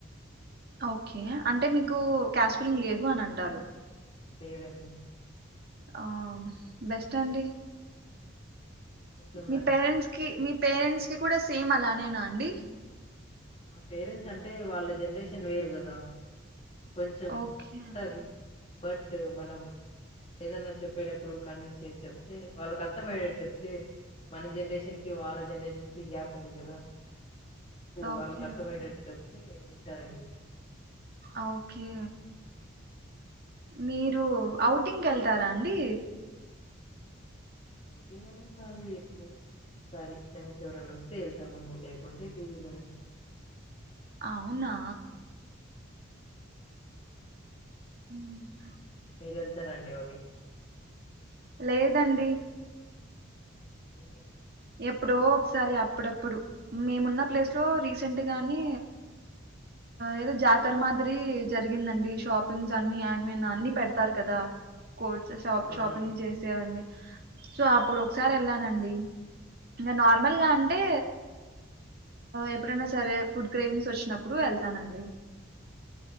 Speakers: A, on the right; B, on the left.
A: ఓకే అంటే మీకు క్యా స్ట్ పీలింగ్ లేదు న అంటారు
B: లేదండి
A: ఆ బెస్ట్ అండి
B: మీకుందా
A: మీ
B: అండి
A: పేరెంట్స్ కి మీ పేరెంట్స్ కి కూడా సేమ్ అలానేనా అండి
B: మా పేరెంట్స్ అంటే వాళ్ళ జనరేషన్ వేరు కదా కొంచెం
A: ఓకే
B: ఉంటది బట్ మనం ఏదన్నా చెప్పేటప్పుడు కన్విన్స్ చేసి చెప్తే వాళ్ళకి అర్థమయ్యేటట్టు చెప్తే మన జనరేషన్ కి వాళ్ళ జనరేషన్ కి గ్యాప్ ఉంది కదా
A: ఓకే
B: వాళ్ళకు అర్థమయ్యేటట్టు చెప్తే వింటారండి
A: ఓకే మీరు అఔటింగ్కి వెళ్తారా అండి
B: ఔటింగ్ గాని కాదు ఎపుడో ఒకసారి ఫ్రెండ్స్ఎవరన్నా వస్తే వెళ్తము లేకుంటే పజి లోనే ఉంటాం
A: అవునా
B: అవునండి
A: హ్మ్మ్
B: మీరు వెళ్తారండి ఔటింగ్
A: లేదండి
B: ఏమైంది
A: ఎప్పుడో ఒకసారి అప్పుడప్పుడు మేమున్న ప్లేస్ లో రీసెంట్ గాని ఏదో జాతర మాదిరి జరిగిందండి షాపింగ్స్ అన్ని ఐమన్ అన్ని పెడతారు కదా కోర్ట్స్ షా
B: ఆ
A: షాపింగ్
B: అండి
A: చేసేవన్నీ
B: ఆ!
A: సో అప్పుడు ఒకసారి వెళ్ళానండి ఇంకా నార్మల్గా అంటే ఎప్పుడైనా సరే ఫుడ్ క్రేవింగ్స్ వచ్చినప్పుడు వెళ్తానండి